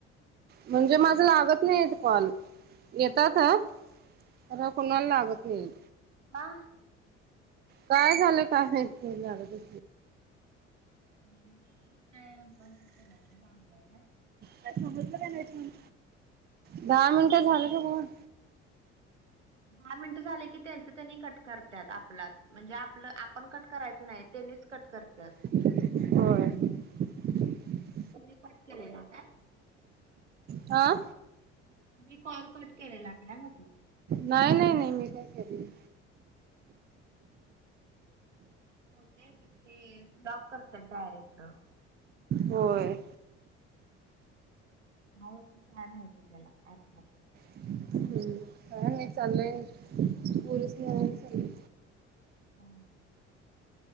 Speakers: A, on the right; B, on the right.
A: म्हणजे माझं लागत नाहीेत कॉल येतात ह. माझा कोणाला लागत नाही.
B: हा.
A: काय झालं काय माहिती जाऊदे.
B: म्हणजे तेच काय हे केलाय काय लाबलाय काय?
A: समजलं का नाही दहा मिनिटं झालंका बोलून?
B: दहा मिनट झाले की त्यांच त्यांनी कट करतात आपला म्हणजे आपलं आपण कट करायचं नाही तेनीच कट करत्यात.
A: होय.
B: तुम्ही कट केलेल काय?
A: आ?
B: मी कॉल कट केलेला काय म्हटलं?
A: नाही, नाही, नाही मी नाही केलेला.
B: होत ते ब्लॉक करतात डायरेक्ट?
A: होय.
B: आहेत छान आहे त्याला ऍप ला.
A: हम्म, काय नाही चाललंय पोरिसनी घेऊन चालले.
B: ह.